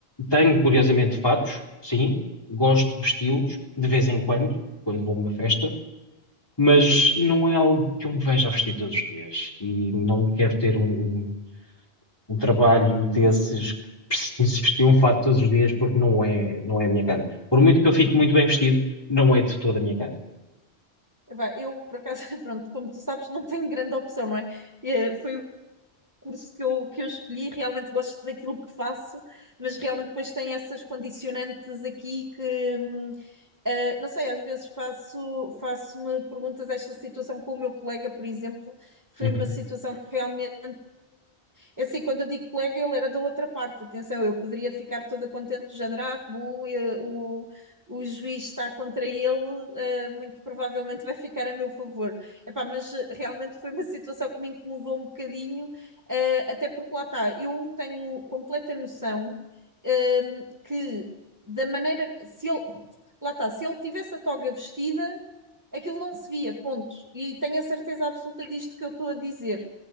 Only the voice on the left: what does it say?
tenho, curiosamente, fatos, sim. Gosto de vesti-los de vez em quando, quando vou a uma festa, mas não é algo que eu me veja a vestir todos os dias e não quero ter um, um um trabalho desses que preciso vestir um fato todos os dias porque não é, não é a minha cara. Por muito que eu fique muito bem vestido, não é de toda a minha cara.
Uhum,